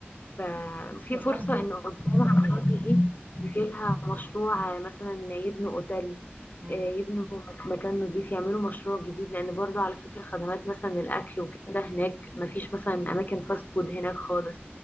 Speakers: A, on the left; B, on the right.
A: ففي
B: بس برضو
A: فرصة إن قدام العقارات
B: إيه.
A: دي يجيلها مشروع مثلا يبنوا أوتيل
B: مم.
A: آه، يبنوا مكان نظيف يعملوا مشروع جديد لأن برضو على فكرة خدمات مثلا الأكل وكده هناك مفيش مثلا أماكن فاست فود هناك خالص